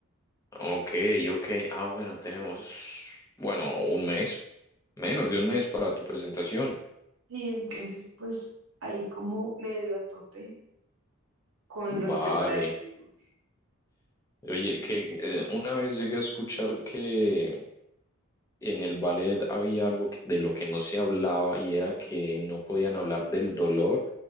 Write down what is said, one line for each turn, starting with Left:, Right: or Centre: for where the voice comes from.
Left: Ok, ok. Ah, bueno, tenemos, bueno, un mes, menos de un mes para tu presentación.
Right: Y entonces, pues ahí como medio a tope con los
Left: Vale.
Right: preparativos.
Left: Oye, que eh, una vez llegué a escuchar que en el ballet había algo que- de lo que no se hablaba y era que no podían hablar del dolor